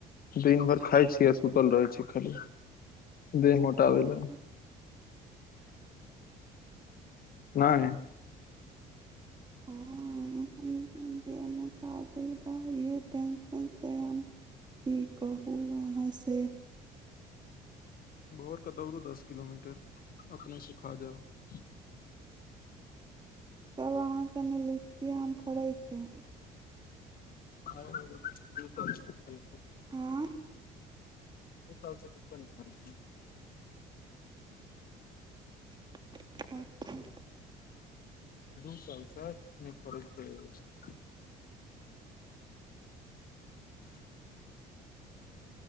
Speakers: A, on the left; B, on the right.
A: दिन भरि खाय छी आ सुतल रहै छी खाली देह मोटाबे ल
B: हाँ
A: नहि
B: ह <inaudible> देह मोटा गेल बा इहे टेंशन से हम की कहू अहाँसँ
A: भोर क दौड़ू दस किलोमीटर अपने सुखा जायब
B: तब अहाँके ने लीची आम फरैत अछि
A: खाय और सुतल छी
B: आँ <inaudible>
A: सुतल स कि परेशानी छै
B: अचछा <unintelligible>
A: दू साल सँ नहि फरैत छैक <inaudible>